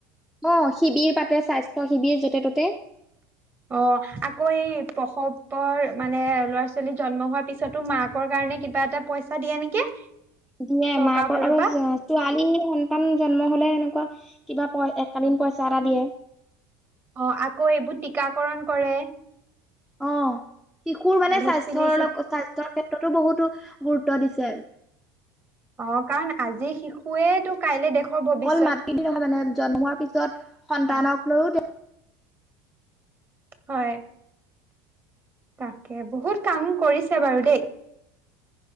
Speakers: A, in the centre; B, on the right.
A: অ' শিবিৰ পাতে, স্বাস্থ্য শিবিৰ য'তে ত'তে।
B: অ' আকৌ এই প্ৰসৱৰ মানে ল'ৰা ছোৱালী জন্ম হোৱাৰ পিছতো মাকৰ কাৰণে কিবা এটা পইচা দিয়ে নেকি?
A: দিয়ে,
B: চৰকাৰৰ
A: মাকৰ
B: ফালৰ
A: আৰু
B: পৰা
A: ছোৱালী সন্তান জন্ম হলে এনেকুৱা কিবা পই একালীন পইচা এটা দিয়ে।
B: অ' আকৌ এইবোৰ টীকাকৰণ কৰে।
A: অ'। শিশুৰ মানে
B: ভেকচিনেচন
A: স্বাস্থ্যৰ লগ স্বাস্থ্যৰ ক্ষেত্ৰতো বহুতো গুৰুত্ব দিছে।
B: অ' কাৰণ আজি শিশুৱেইতো কাইলে দেশৰ ভৱিষ্যত
A: অকল মাত বি নহয় মানে জন্মোৱাৰ পিছত সন্তানক
B: অ
A: লৈও
B: হয়। তাকে বহুত কাম কৰিছে বাৰু দেই!